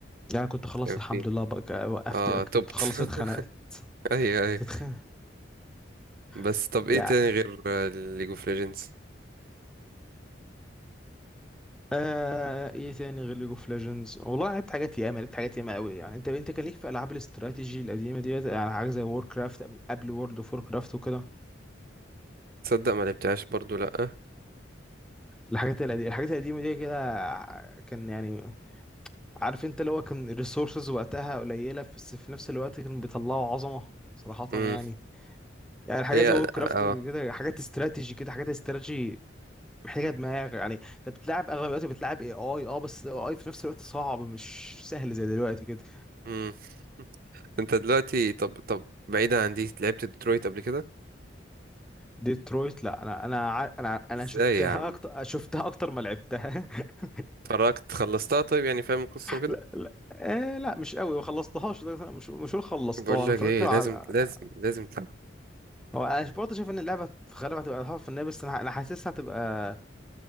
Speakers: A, in the centre; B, on the right.
A: يعني كنت خلصت
B: كان
A: الحمد
B: فيه
A: لله بقى ك- وقفت
B: اه
A: كنت
B: توبت
A: خلصت
B: <laughs>
A: اتخانقت
B: ايوه ايوه
A: كنت اتخانق
B: بس
A: <laughs>
B: طب ايه
A: يا
B: تاني غير ليج اوف ليجندز
A: آه... ايه تاني غير ليج اوف ليجندز والله أنا لعبت حاجات ياما لعبت حاجات ياما قوي يعني انت انت كان ليك في العاب الاستراتيجي القديمه ديت يعني حاجه زي وور كرافت قبل وورلد اوف وور كرافت وكده
B: تصدق ما لعبتهاش برضو لأ
A: الحاجات القديمه الحاجات القديمه دي كده آه، كان يعني عارف انت اللي هو كان الريسورسز وقتها قليله بس في نفس الوقت كانوا بيطلعوا عظمه صراحه
B: امم
A: يعني يعني حاجه
B: هي
A: زي وور كرافت
B: اه
A: كده حاجات استراتيجي كده حاجات استراتيجي محتاجه دماغ يعني انت بتلعب اغلب الوقت بتلعب اي اي اه بس اي في نفس الوقت صعب مش سهل زي دلوقتي كده
B: امم انت دلوقتي طب طب بعيدا عن دي لعبت ديترويت قبل كده
A: ديترويت لا انا انا ع- انا ع- انا
B: ازاي
A: شفتها
B: يا عم
A: اكتر شفتها اكتر ما لعبتها <laughs>
B: اتفرجت خلصتها طيب يعني فاهم القصة وكده
A: لا لا آه لا مش قوي ما خلصتهاش ده- مش مش هقول خلصتها
B: بقول
A: انا
B: لك
A: اتفرجت
B: ايه
A: على
B: لازم لازم لازم تلعبها
A: هو انا برضه شايف ان اللعبه في غالبها هتبقى تحفه فنيه بس انا انا حاسسها هتبقى